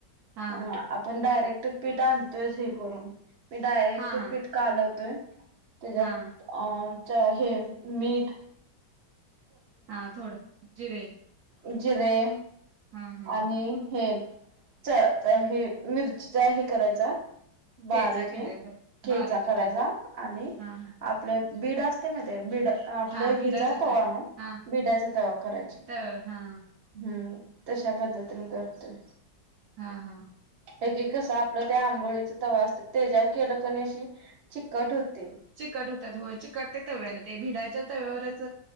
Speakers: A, on the right (about 65°); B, on the right (about 40°).
A: हा
B: अ आपण डायरेक्ट पीठ आण तेच हे करून मी डायरेक्ट
A: हा हा
B: पिठ कालवतोय तेज्यात
A: हा
B: आमचं.. हे मीठ
A: हा थोडं जिरे
B: उज्जीरे
A: हा हा
B: आणि हे च च हे मिरचीचा हे करायचा
A: ठेचा
B: बारीक
A: केलाय
B: हे
A: तर
B: खेचा
A: बारीक चिरून
B: करायचा आणि
A: हा हा
B: आपल्या बीड असते ना ते बीड आपलं
A: हा भिडाच्या
B: हिचा तवा
A: तळ
B: नाही
A: हा
B: बिड्याचा तवा करायचा
A: तव्यावर हा
B: हम्म तशा पद्धतीने करतोय
A: हा हा
B: एक एक कस आपलं त्या आंबोळीचा तवा असतात तेच्यावर केलं कणी अशी चिकट होते
A: चिकट होतात हो चिकट ते तव्याला ते भिडाच्या तव्यावरच